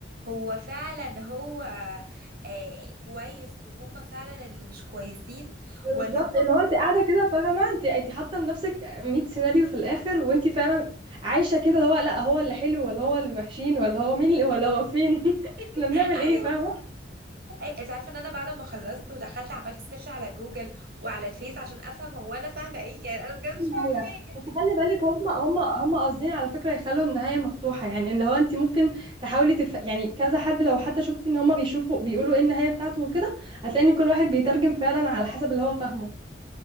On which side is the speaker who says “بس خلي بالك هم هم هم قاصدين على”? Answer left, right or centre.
Right